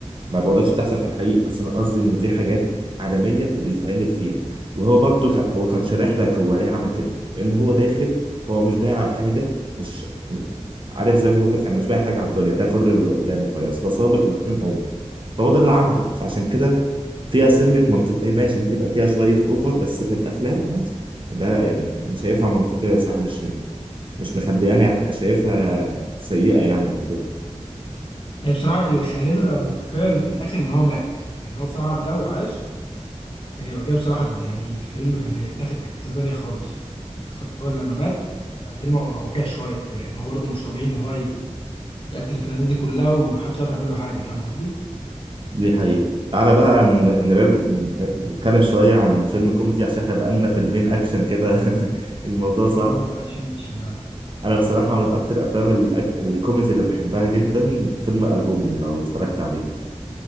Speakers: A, on the right (about 45°); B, on the left (about 50°).
A: ما بقولكش بتحصل في الحقيقه بس انا قصدي ان دي حاجات عالميه وبيتعمل فيها وهو برضو ك... هو كان شارح لك هو ليه عمل كده لان هو داخل هو مش بايع على حاجه مش عارف زي ما بيقول لك انا مش بايع حاجه على الدنيا ده كل اللي قدامي خلاص فصابت الاثنين فهو ده اللي عنده فعشان كده فيها سنة منطق اي ماشي ممكن يبقى فيها شوية اوفر بس في الافلام عادي ده يعني انا شايفها منطقية صراحة مش مش مخبيانة هبقى شايفها سيئة يعني الفيلم
B: هي بصراحه اللي خلتها تبقى منطقيه ان في الاخر ان هو مات ان هو بصراحه لو عاش كان هيبقى كده بصراحة د- يعني الفيلم كان هيتاخد في حتة تانية خالص بس هو لما مات الفيلم بقى واقعي شوية يعني هو برضه مش طبيعي إن هو ي- يقتل في الناس دي كلها ومحدش عارف يعمل له حاجة فاهم قصدي؟
A: دي حقيقة تعالى بقى ن- ن- نتكلم شوية عن فيلم كوميدي عشان احنا بقالنا فيلمين أكشن كده <laughs> الموضوع صعب
B: اه اكشن اكشن اه
A: أنا بصراحة من أكتر أفلام الأك... الكوميدي اللي بحبها جدا فيلم ألبومه لو اتفرجت عليه